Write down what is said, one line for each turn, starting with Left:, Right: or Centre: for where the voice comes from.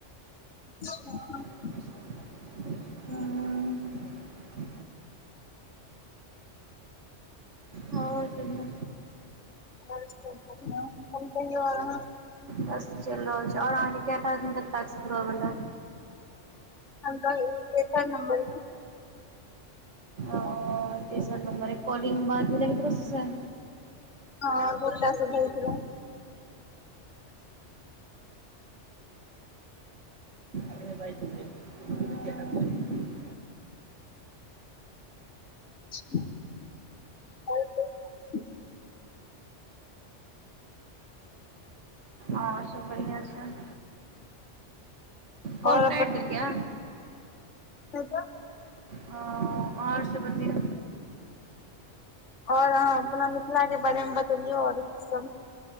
Left: <inaudible>
Right: हँ और कहियो।
Left: <unintelligible> कहियौ और अहाॅं।
Right: बस चलि रहल छैय आओर अहाँके कखन तक टाक्स पूरा भेलया।
Left: अखन त इ तेसर नंबर य।
Right: ओ तेसर नंबर कॉलिंग बाद भेल क केकरो से?
Left: हँ गोटा से भेल छले।
Right: <unintelligible> हँ
Left: <unintelligible>
Right: आओर सब बढ़िआँ छैय। कल
Left: और
Right: कैट देलियै?
Left: नहि तऽ
Right: आ और सब बतयौ।
Left: और अहाँ अपना मिथिलाके बारे मे बतेबियो और सब।